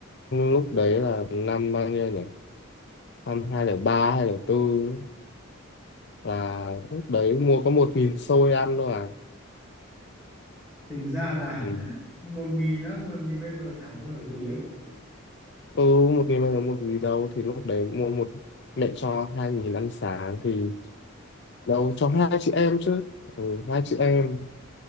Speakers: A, on the left (about 55°); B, in the centre.
A: lúc đấy là năm bao nhiêu nhỉ? Năm 2003, 2004 là lúc đấy mua có 1.000 xôi ăn thôi à.
B: tính ra là
A: Ừ,
B: <laughs> 1.000 đó, 1.000 bây giờ chẳng mua được gì ấy.
A: ừ 1.000 bao giờ một gì đâu thì lúc đấy mua một mẹ cho 2.000 ăn sáng thì nấu cho hai chị em chứ ừ, hai chị em